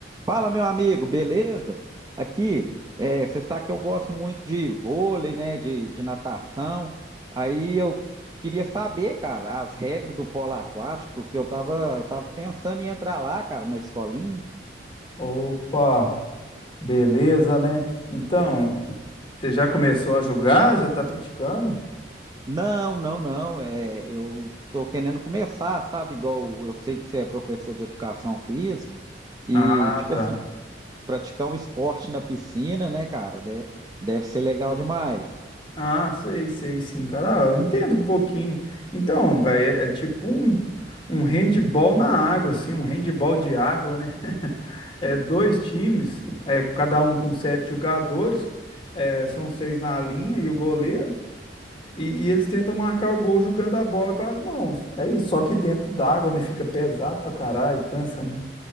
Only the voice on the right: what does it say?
Fala, meu amigo, beleza? Aqui, é, você sabe que eu gosto muito de vôlei, né? De, de natação. Aí eu queria saber, cara, as regras do polo aquático, que eu tava, eu tava pensando em entrar lá, cara, na escolinha.
Não, não, não. É, eu tô querendo começar, sabe? Igual eu sei que você é professor de educação física e,
tipo
assim, praticar um esporte na piscina, né, cara? De- deve ser legal demais.